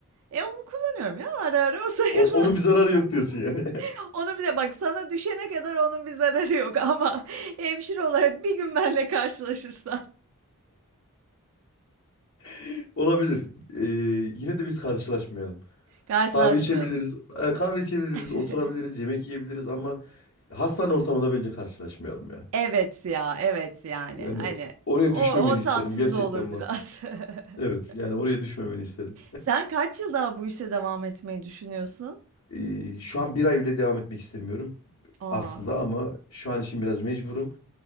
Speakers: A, on the right; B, on the left.
A: E onu kullanıyorum ya ara ara o sayılmaz.
B: O- onun bir zararı yok diyorsun yani.
A: <laughs> Onu bir de bak sana düşene kadar onun bir zararı yok ama <laughs> hemşire olarak bir gün benle karşılaşırsan.
B: <laughs> Olabilir. E, yine de biz karşılaşmayalım.
A: <laughs> Karşılaşmayalım.
B: Kahve içebiliriz. e, kahve içebiliriz,
A: <laughs>
B: oturabiliriz, yemek yiyebiliriz ama hastane ortamında bence karşılaşmayalım ya.
A: Evet ya evet yani
B: Yani
A: hani
B: oraya
A: o,
B: düşmemeni
A: o
B: isterim
A: tatsız
B: gerçekten
A: olur biraz.
B: bak.
A: <laughs>
B: Evet yani oraya düşmemeni isterim.
A: Sen kaç yıl daha bu işe devam etmeyi düşünüyorsun?
B: E, şu an bir ay bile devam etmek istemiyorum.
A: Aa,
B: Aslında ama şu an için biraz mecburum.